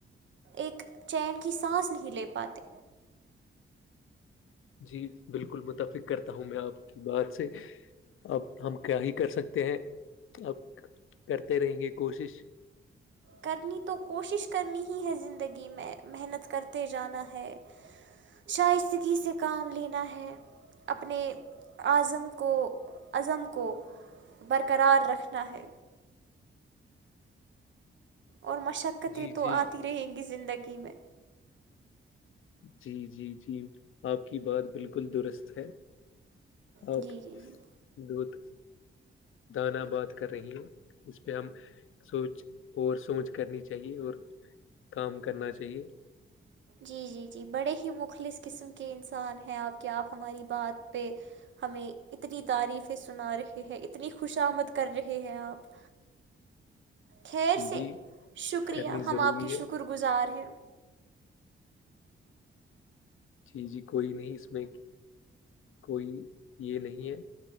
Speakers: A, on the right; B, on the left.
A: ایک چین کی سانس نہیں لے پاتے
B: جی بالکل متفق کرتا ہوں میں آپ کی بات سے اب ہم کیا ہی کر سکتے ہیں اب کرتے رہیں گے کوشش
A: کرنی تو کوشش کرنی ہی ہے زندگی میں محنت کرتے جانا ہے شائستگی سے کام لینا ہے اپنے اظم کو عزم کو برقرار رکھنا ہے اور مشقتیں
B: جی
A: تو
B: جی
A: آتی رہیں گی زندگی میں
B: جی جی جی آپ کی بات بالکل درست ہے
A: جی
B: آپ
A: جی جی
B: بہت دانہ بات کر رہی ہیں اس پہ ہم سوچ اور سونچ کرنی چاہیے اور کام کرنا چاہیے
A: جی جی جی بڑے ہی مخلص قسم کے انسان ہیں آپ کے آپ ہماری بات پہ ہمیں اتنی تعریفیں سنا رہے ہیں اتنی خوش آمد کر رہے ہیں آپ خیر
B: جی جی
A: سے شکریہ
B: کرنی
A: ہم
B: ضروری
A: آپ کے
B: ہے
A: شکر گزار ہیں
B: جی جی کوئی نہیں اس میں کوئی یہ نہیں ہے